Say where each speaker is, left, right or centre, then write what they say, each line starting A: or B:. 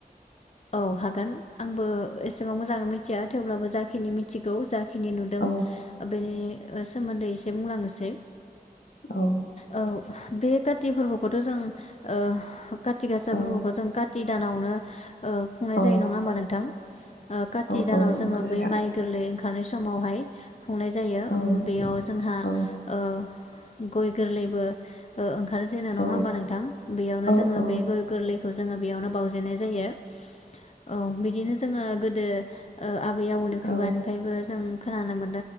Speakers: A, on the left; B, on the left.
A: औ हागोन, आंबो एसेबां मोजांङै मिथिया थेवब्लाबो जाखिनि मिथिगौ <unintelligible> खिनि नुदों
B: औ
A: ओ बेनि ओ सोमोन्दै एसे बुंलांनोसै
B: औ
A: औ बे काति फोरबोखौथ' जों ओ <unintelligible> खाथि गासाफोरखौबो
B: औ
A: जों खाथि दानावनो खुंनाय
B: औ
A: जायो नंङा होमबा नोंथां? ओ काति
B: औ
A: दानाव
B: औ
A: जोङो
B: नंगौ नोंथां
A: बै माइ गोरलै ओंखारनाय समावहाय खुंनाय जायो
B: औ
A: बेयाव जोंहा
B: औ
A: ओ गय गोरलैबो ओ -ओंखार जेनो नंङा
B: औ
A: होमबा नोंथां बेयावनो
B: औ
A: जोङो
B: औ
A: बे गय गोरलैखौ जोङो <unintelligible> बावजेननाय जायो। औ बिदिनो जोंङो <unintelligible> उम ओ आबै -आबौनि
B: औ
A: खुगानिफ्रायबो जों <unintelligible>